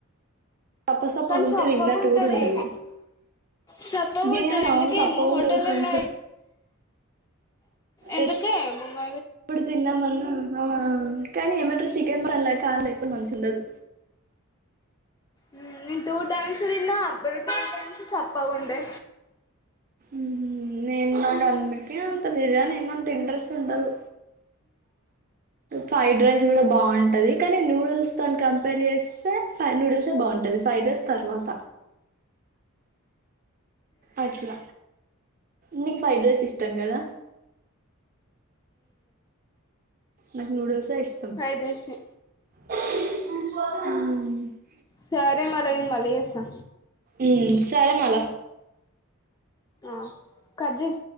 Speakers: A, on the right; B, on the left.
A: సప్పసప్పగా
B: కానీ
A: ఉంటే
B: సప్పగుంటది
A: తిన్నట్టు కూడా ఉండదు
B: సప్పగ
A: బిర్యానీ
B: ఉంటది ఎందుకేమో
A: అవును తప్పగా
B: హోటల్లల్ల
A: ఉంటుంది కొంచెం
B: ఎందుకో
A: ఎ-
B: ఏమో మ
A: ఇప్పుడు తిందామన్నా ఆ కానీ ఏమంటారు చికెన్ ప అలా కారం లేకుపోతే మంచిగ ఉండదు
B: నేను టూ టైమ్స్ తిన్న అప్పుడు టూ టైమ్స్ సప్పగుండె
A: మ్మ్, నేను నాకు అందుకే అంత బిర్యానీ ఏమంత ఇంట్రెస్ట్ ఉండదు ఫ్రైడ్ రైస్ కూడా బాగుంటది కానీ నూడుల్స్ తోని కంపేర్ చేస్తే ఫై నూడిల్స్ బాగుంట్ టది ఫ్రైడ్ రైస్ తర్వాత అట్ల నీకు ఫ్రైడ్ రైస్ ఇష్టం కదా నాకు నూడల్స్ ఎ ఇస్
B: ఫ్రైడ్ రైసే
A: ఉమ్
B: సరే మళ నేన్ మల్ల చేస్తా
A: మ్మ్, సరే మల్ల
B: ఆ కట్ జేయి